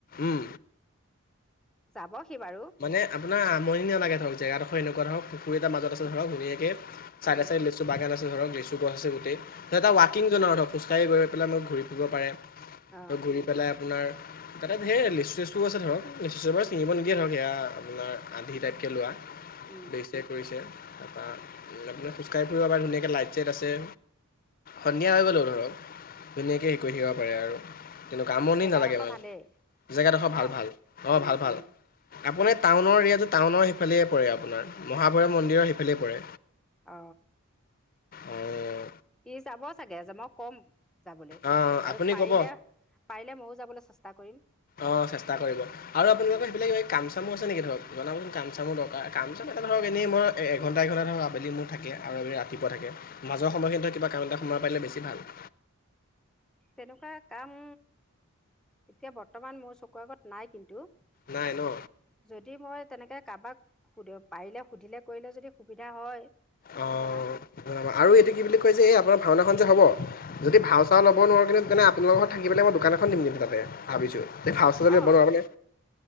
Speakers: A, on the left; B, in the centre.
A: উম।
B: যাবহি বাৰু।
A: মানে আপোনাৰ আমনি নালাগে ধৰক, জেগাডোখৰ এনেকুৱা ধৰক এটা মাজত আছে ধৰ, ধুনীয়াকৈ চাইডে,
B: উম
A: চাইড লৈ চ, বাগান আ, ধৰক লিচু, গছ আছে, গোটেই ধৰক এটা
B: উম
A: ৱাকিং
B: উম
A: জননৰ ধৰক খোজকাঢ় গৈ পেলাই মই, ঘূৰি উঠিব পাৰে,
B: অ
A: ত, ঘূৰি পেলাই আপোনাৰ তাতে ধেইৰ লিচু, চেচুও আছে ধৰক। ছিঙিব
B: উম
A: নিদিয়ে ধৰক এয়া আপোনাৰ আধি টাইতকে লোৱা
B: উম
A: ব কৰিছে তাৰপৰা আপোনাৰ খোজকাঢ়িবৰেও আৰ ধুনীয়াকৈ লাইট, চাইট আছে। সন্ধিয়া হৈ গ'লো ধৰক, ধুনীয়াকে হেৰি কৈ থাকিব পাৰে আৰু তেনেকুৱা আমনি
B: জেগাডোখৰ
A: নালাগে মানে
B: ভালেই
A: জেগাডোখৰ
B: ন
A: ভাল, ভাল অ,
B: উম
A: ভাল, ভাল
B: উম
A: আপোনাৰ টাউনৰ এৰিয়াটো টাউনৰ সিফালে পৰে। আপোনাৰ মহাভৈৰৱ মন্দিৰৰ সিফালে পৰে।
B: অ,
A: অঁ
B: ই যাব চাগে, যে মই ক'ম যাবলৈ
A: অঁ
B: আৰু
A: আপুনি
B: পাৰিলে,
A: ক'ব
B: পাৰিলে ময়ো যাবলে চেষ্টা কৰিম।
A: অ, চেষ্টা কৰিব আৰু আপোনালোকৰ
B: অ
A: সেইবিলাক কিবাকিবি কামচামু আছে নেকি ধৰক জনাবচোন কামচামুৰ দৰকাৰ, কামচাম এটা ধৰক এনেই মই এঘণ্টা, এঘণ্টা ধৰক আবেলি মোৰ থাকে আৰু আমি ৰাতিপুৱা থাকে মাজৰ সময়খিন ধৰ কিবা কাম এটা সোমাই পাৰিলে বেছি ভাল।
B: তেনেকুৱা কাম এতিয়া বৰ্তমান মোৰ চকুৰ আগত নাই কিন্তু।
A: নাই, ন'।
B: যদি মই তেনেকে কাৰোবাক সু, পাৰিলে সুধিলে, কৰিলে যদি সুবিধা হয়।
A: অঁ
B: মই জনাম।
A: আৰু এইটো কি বুলি কয় যে, এই আপোনাৰ ভাওনাখন যে হ'ব যদি ভা ভাও চাওঁ লব নোৱাৰোঁ কিন্তু আপোনাল ঘৰত, থাকি পেলাই, মই দোকানখন দিম গে কিন্তু তাতে ভাবিছোঁ যে, ভাও চাউ ল'বোৱাৰো
B: অঁ